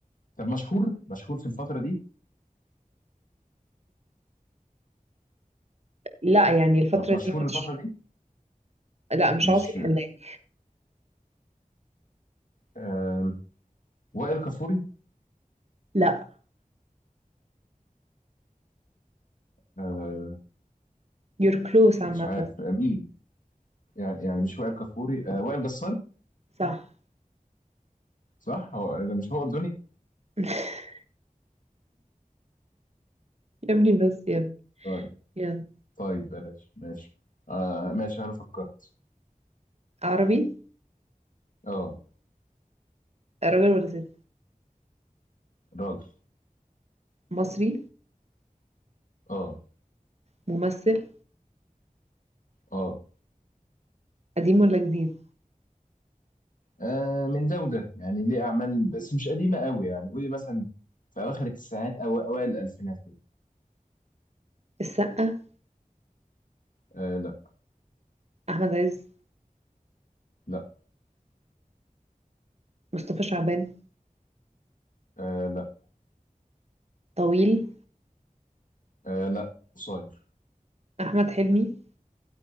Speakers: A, on the left; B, on the right.
A: طب مشهور مشهور في الفترة دي
B: لا يعني الفترة
A: م- مشهور
B: دي مش
A: الفترة دي
B: لا مش
A: مش
B: عاصي الحلال
A: آه، وائل كفوري
B: لا
A: آه،
B: you're close عامة
A: مش عارف آه، مين يعني يعني مش وائل كفوري آه وائل جسار
B: صح
A: صح هو ده مش هو أردني
B: <laughs> يا ابني بس يا ابني
A: طيب
B: يلا
A: طيب بلاش ماشي آه ماشي أنا فكرت
B: عربي
A: اه
B: راجل ولا ست
A: راجل
B: مصري
A: اه
B: ممثل
A: اه
B: قديم ولا جديد
A: آه، من ده وده يعني ليه أعمال بس مش قديمة قوي يعني قولي مثلا في أواخر التسعينات أو أوائل الألفينات كده
B: السقا
A: آه لا
B: أحمد عز
A: لا
B: مصطفى شعبان
A: آه لا
B: طويل
A: آه لا قصير
B: أحمد حلمي